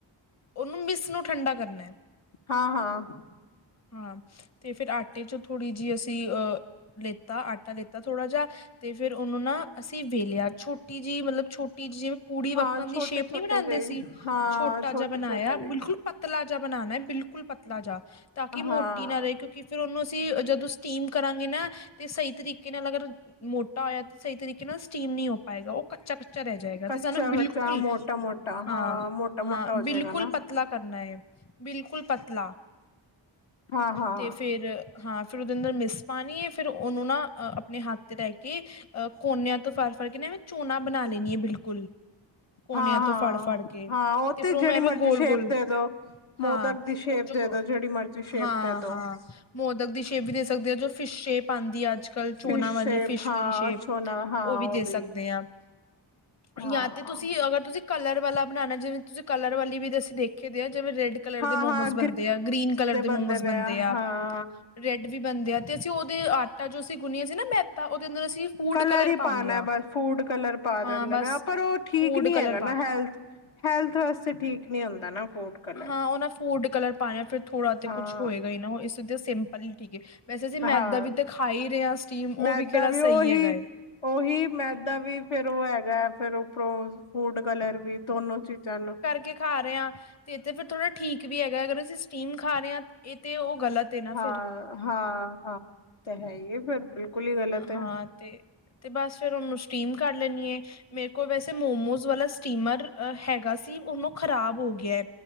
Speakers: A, on the left; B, on the left.
A: ਓਹਨੂੰ ਮਿਸ ਨੂੰ ਠੰਡਾ ਕਰਨਾ ਐ।
B: ਹਾਂ-ਹਾਂ
A: ਹਾਂ ਤੇ ਫਿਰ ਆਟੇ 'ਚੋਂ ਥੋੜ੍ਹੀ ਜਿਹੀ ਅਸੀਂ ਅਹ ਲੇਤਾ ਆਟਾ ਲੇਤਾ ਥੋੜ੍ਹਾ ਜਾ ਤੇ ਫਿਰ ਓਹਨੂੰ ਨਾ ਅਸੀਂ ਵੇਲਿਆ ਛੋਟੀ ਜਿਹੀ ਮਤਲਬ ਛੋਟੀ ਜਿਹੀ ਜਿਵੇਂ ਪੂੜੀ
B: ਹਾਂ
A: ਵੱਕਣ
B: ਛੋਟੇ
A: ਦੀ ਸ਼ੇਪ
B: ਛੋਟੇ
A: ਨਹੀਂ ਬਣਾਂਦੇ
B: ਜਿਹੇ
A: ਸੀ
B: ਹਾਂ
A: ਛੋਟਾ
B: ਛੋਟੇ
A: ਜਿਹਾ ਬਣਾਇਆ
B: ਛੋਟੇ ਜਿਹੇ
A: ਬਿਲਕੁਲ ਪਤਲਾ ਜਿਹਾ ਬਣਾਣਾ ਬਿਲਕੁਲ ਬਿਲਕੁਲ ਪਤਲਾ ਜਾ ਤਾਂ ਕਿ ਮੋਟੀ
B: ਹਾਂ
A: ਨਾ ਰਹੇ ਕਿਉਂਕ ਕਿ ਫਿਰ ਉਹਨੂੰ ਅਸੀਂ ਜਦੋਂ ਸਟੀਮ ਕਰਾਂਗੇ ਨਾ ਤੇ ਸਹੀ ਤਰੀਕੇ ਨਾਲ ਅਗਰ ਮੋਟਾ ਹੋਇਆ ਤੇ ਸਹੀ ਤਰੀਕੇ ਨਾਲ ਸਟੀਮ ਨ ਨਹੀਂ ਹੋ ਪਾਏਗਾ ਉਹ ਕੱਚਾ-ਕੱਚਾ ਰਹਿ ਜਾਏਗਾ।
B: ਕੱਚਾ
A: ਤੇ ਸਾਨੂੰ ਬਿਲਕੁਲ
B: ਕੱਚਾ ਮੋਟਾ ਮੋਟਾ
A: ਹਾਂ-ਹਾਂ
B: ਹਾਂ ਮੋਟਾ ਮੋਟਾ ਹੋ
A: ਬਿਲਕੁਲ
B: ਜਾਏਗਾ ਨਾ
A: ਪਤ ਪਤਲਾ ਕਰਨਾ ਏ ਬਿਲਕੁਲ ਪਤਲਾ
B: ਹਾਂ ਹਾਂ
A: ਤੇ ਫਿਰ ਹਾਂ ਫਿਰ ਉਹਦੇ ਅੰਦਰ ਮਿਸ ਪਾਣੀ ਏ ਫਿਰ ਉਹਨੂੰ ਨਾ ਅ ਆਪਣੇ ਹੱਥ ਤੇ ਰਹਿ ਕੇ ਅ ਕੋਨਿਆਂ ਤੋਂ ਫੜ-ਫੜ ਕੇ ਐਵੇਂ ਝੋਨਾ ਬਣਾ ਲੈਣੀ ਆ ਬਿਲਕੁਲ ਕੋਨਿਆਂ
B: ਹਾਂ
A: ਤੋਂ
B: ਹਾਂ
A: ਫੜ-ਫੜ ਕੇ
B: ਹਾਂ ਉਹ
A: ਤੇ ਫਿਰ ਉਹਨੂੰ
B: ਜਿਹੜੀ
A: ਐਵੇਂ
B: ਮਰਜ਼ੀ
A: ਗੋਲ-ਗੋਲ
B: ਸ਼ੇਪ ਦੇ ਦੋ ਮੋਦਕ
A: ਹਾਂ
B: ਦੀ ਸ਼ੇਪ
A: ਉਹ ਜੋ
B: ਦੇ
A: ਬ
B: ਦੋ ਜਿਹੜੀ ਮਰਜ਼ੀ ਸ਼ੇਪ
A: ਹਾਂ-ਹਾਂ
B: ਦੇ ਦੋ
A: ਮੋਦਕ ਦੀ ਸ਼ੇਪ ਵੀ ਦੇ ਸਕਦੇ ਆ ਜੋ ਫਿਸ਼ ਸ਼ੇਪ ਆਂਦੀ ਹੈ ਅੱਜ ਕੱਲ੍ਹ ਚੋਨਾ
B: ਫਿਸ਼
A: ਵਾਲੀ
B: ਸ਼ੇਪ
A: ਫਿਸ਼
B: ਹਾਂ
A: ਵਲੀ ਸ਼ੇਪ
B: ਛੋਨਾ ਹਾਂ
A: ਉਹ ਵੀ
B: ਉਹ ਵੀ
A: <unintelligible>
B: ਹਾਂ
A: ਜਾਂ ਤੇ ਤੁਸੀਂ ਅਗਰ ਤੁਸੀਂ ਕਲਰ ਵਾਲਾ ਬਣਾਣਾ ਜਿਵੇਂ ਤੁਸੀਂ ਕਲਰ ਵਾਲੀ ਵੀ ਦੱਸੀ ਦੇਖ ਖੇ ਦੇ ਆ ਜਿਵੇਂ ਰੈਡ ਕਲਰ
B: ਹਾਂ
A: ਦੇ ਮੋਮੋਜ਼
B: ਹਾਂ
A: ਬਣਦੇ ਆ ਗ੍ਰੀਨ ਕਲਰ ਦੇ
B: ਬੰਦੇ
A: ਮੋਮੋਜ਼
B: ਨੇ
A: ਬਣਦੇ ਆ।
B: ਹਾਂ
A: ਰੈਡ ਵੀ ਬਣਦੇ ਆ ਤੇ ਅਸੀਂ ਉਹਦੇ ਆਟਾ ਜੋ ਅਸੀਂ ਗੁੰਨਿਆ ਸੀ ਨਾ ਮੈਦਾ ਉਹਦੇ ਅੰਦਰ ਅਸੀਂ ਫੂਡ
B: ਕਲਰ ਹੀ
A: ਪਾ
B: ਪਾਣਾ
A: ਲਿਆ।
B: ਬਸ ਫੂਡ ਕਲਰ ਪਾ ਦਿੰਦੇ
A: ਹਾਂ ਬਸ
B: ਨੇ ਪਰ ਉਹ ਠੀਕ
A: ਫੂਡ
B: ਨੀ
A: ਕਲਰ
B: ਹੈਗਾ ਨਾ
A: ਪਾਤਾ।
B: ਹੈਲਥ ਹੈਲਥ ਵਾਸਤੇ ਠੀਕ ਨੀ ਹੁੰਦਾ ਨਾ ਫੂਡ ਕਲਰ
A: ਹਾਂ ਉਹ ਨਾ ਫੂਡ ਕਲਰ ਪਾਣਾ ਫਿਰ ਥੋੜਾ ਤੇ
B: ਹਾਂ
A: ਕੁਛ ਹੋਏਗਾ ਹੀ ਨਾ ਇਸ ਤੇ ਹੀ ਸਿੰਪਲ ਠੀਕ ਹੈ। ਵੈਸੇ ਅਸੀਂ ਮੈਦਾ
B: ਹਾਂ
A: ਵੀ ਤੇ ਖਾ ਹੀ ਰਹੇ ਆ ਸਟੀਮ ਉਹ
B: ਮੈਦਾ
A: ਵੀ ਕਿਹੜਾ
B: ਉਹੀ
A: ਸਹੀ ਹੈਗਾ ਏ।
B: ਉਹੀ ਮੈਦਾ ਵੀ ਫਿਰ ਉਹ ਹੈਗਾ ਹੈ ਫਿਰ ਫੂਡ ਕਲਰ ਵੀ ਦੋਨੋ ਚੀਜ਼ਾਂ ਨੂੰ
A: ਕੇ ਖਾ ਰਹੇ ਹਾਂ। ਤੇ-ਤੇ ਫਿਰ ਥੋੜ੍ਹਾ ਠੀਕ ਵੀ ਹੈਗਾ ਅਗਰ ਅਸੀਂ ਸਟੀਮ ਖਾ ਰਹੇ ਹਾਂ ਇਹ ਤਾਂ ਉਹ ਗ਼ਲਤ ਏ ਨਾ
B: ਹਾਂ,
A: ਫਿਰ।
B: ਹਾਂ, ਹਾਂ ਓ ਤੇ ਹੈ ਈ ਏ ਫਿਰ ਬਿਲਕੁਲ ਈ ਗਲਤ ਐ।
A: ਹਾਂ ਤੇ ਤੇ ਬਸ ਫੇਰ ਉਨੂੰ ਸਟੀਮ ਕਰ ਲੈਣੀ ਏ, ਮੇਰੇ ਕੋਲ ਵੈਸੇ ਮੋਮੋਸ ਵਾਲਾ ਸਟੀਮਰ ਅ ਹੈਗਾ ਸੀ ਉਨੂੰ ਖ਼ਰਾਬ ਹੋ ਗਿਆ,